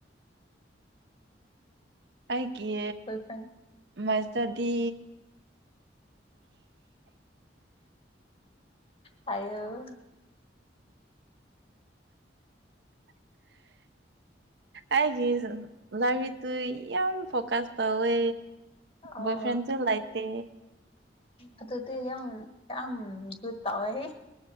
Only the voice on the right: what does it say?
ꯑꯩꯒꯤ
ꯃꯁꯇꯗꯤ
ꯑꯩꯒꯤ ꯂꯔꯤꯛꯇꯨ ꯌꯥꯝ ꯐꯣꯀꯁ ꯇꯧꯋꯦ
ꯣꯣꯏ ꯐ꯭ꯔꯦꯟ ꯆ ꯂꯥꯛꯑꯠꯇꯦ